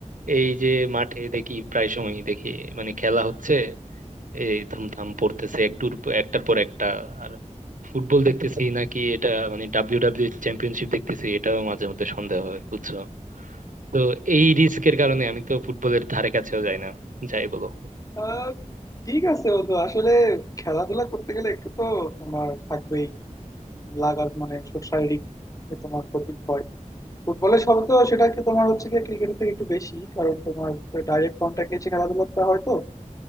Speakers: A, on the right (about 80°); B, on the left (about 25°).
A: এই যে মাঠে দেখি প্রায় সময় দেখি মানে খেলা হচ্ছে এই ধুমধাম পড়তেছে একটুর প- একটার পর একটা আর ফুটবল দেখতেছি নাকি এটা মানে ডাব্লিউ ডাব্লিউ চ্যাম্পিয়নশিপ দেখতেছি এটাও মাঝে মধ্যে সন্দেহ হয় বুঝছো তো এই রিস্কের কারণে আমি তো ফুটবলের ধারে কাছেও যাই না যাই বলো
B: আহ, ঠিক আছে বন্ধু আসলে খেলাধুলা করতে গেলে একটু তো তোমার থাকবেই লাগার মানে শারীরিক যে তোমার ক্ষতি হয় ফুটবলের সবে তো সেটা কি তোমার হচ্ছে কি ক্রিকেটের থেকে একটু বেশি কারণ তোমার ডাইরেক্ট কন্ট্যাক্ট এসে খেলাধুলা হয় তো